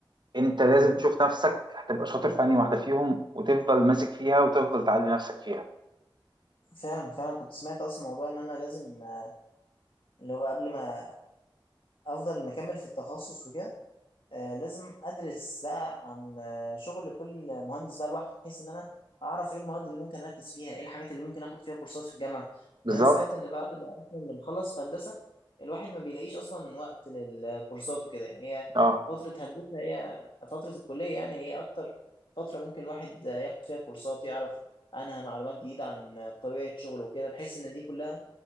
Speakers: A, on the right; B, on the left.
A: أنت لازم
B: مم.
A: تشوف نفسك هتبقى شاطر في أنهي واحدة فيهم وتفضل ماسك فيها وتفضل تعلي نفسك فيها
B: فعلا فعلا كنت سمعت أصلا موضوع إن أنا لازم آه، اللي هو قبل ما أفضل مكمل في التخصص وكده آه، لازم ادرس بقى عن آه، شغل كل مهندس بقى لوحده بحيث ان انا اعرف ايه المواد اللي ممكن اركز فيها ايه الحاجات اللي ممكن اخد فيها كورسات في الجامعه
A: بالظبط
B: يعني انا سمعت ان بعد ما اصلا بنخلص في هندسه الواحد ما بيلاقيش اصلا وقت للكورسات وكده يعني هي
A: اه
B: فتره هندسه هي فتره الكليه يعني هي اكتر فتره ممكن الواحد آه، ياخد فيها كورسات يعرف عنها معلومات جديده عن آه، طبيعه شغله وكده بحيث ان دي كلها